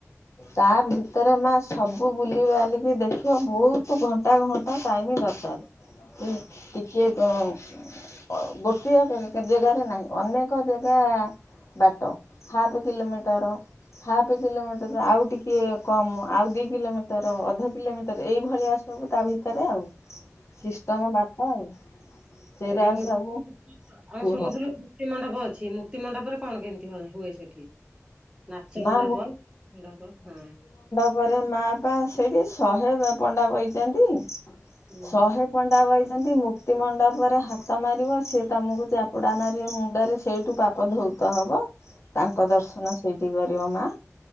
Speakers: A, on the left; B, on the right.
A: ତା ଭି ଭିତରେ ମା ସବୁ ବୁଲି ବାଲିକି ଦେଖିବ ବହୁତ ଘଣ୍ଟା ଘଣ୍ଟା ଟାଇମ୍ ଦରକାର। ଏ
B: ହୁଁ।
A: ଟିକେ କୁଁ ଅ ଗୋଟିଏ <unintelligible> ଜାଗାରେ ନାହିଁ ଅନେକ ଜାଗା ବାଟ ହାଫ କିଲୋମିଟର ହାଫ୍ କିଲୋମିଟରରୁ ଆଉ ଟିକେ କମ ଆଉ ଦି କିଲୋମିଟର ଅଧ କିଲୋମିଟର ଏଇଭଳିଆ ସବୁ ତା ଭିତରେ ଆଉ। ସିଷ୍ଟମ ବାଟ ଆଉ। ସେଇଟା
B: ଆ ଯୋଉ ଲୋ
A: ସବୁ
B: ଆଉ
A: କୁହ
B: ଶୁଣୁଥିଲୁ ମୁ କ୍ତିମଣ୍ଡପ ଅଛି ମୁକ୍ତିମଣ୍ଡପରେ କଣ କେମିତି ହ ହୁଏ ସେଠି? ନାଚ ମଣ୍ଡପ
A: ମା
B: ମଣ୍ଡପ ହଁ।
A: ପରେ ମା ପା ସେଇଠି ଶହେ ପ ପଣ୍ଡା ବଇଛନ୍ତି।
B: ହୁଁ।
A: ଶହେ ପଣ୍ଡା ବଇଛନ୍ତି ମୁକ୍ତି ମଣ୍ଡପରେ ହାତ ମାରିବ ସିଏ ତମକୁ ଚାପୁଡ଼ା ମାରିବେ ମୁଣ୍ଡରେ ସେଇଠୁ ପା ପ ଧୌତ ହବ ତାଙ୍କ ଦର୍ଶନ ସେଇଠି କରିବ ମା।